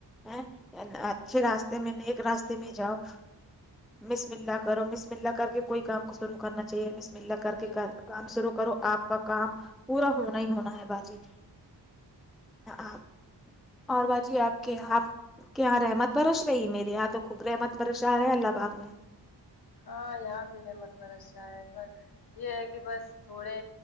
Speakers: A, in the centre; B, on the left.
A: ہے اچھے راستے میں نیک راستے میں جاؤ مس ملا کرو مس ملا کر کے کوئی کام کو شروع کرنا چاہیے مس مللا کر
B: جی
A: کے کام شروع کرو آپ کا کام پورا ہونا ہی ہونا ہے باجی آ اور باجی آپ کے آپ کہ یہاں رحمت برش رہی ہے میرے یہاں تو خوب رحمت برش رہا ہیں اللہ پاک نے
B: ہاں یہاں بھی رحمت برس ہے پر یہ ہے کہ بس تھوڑے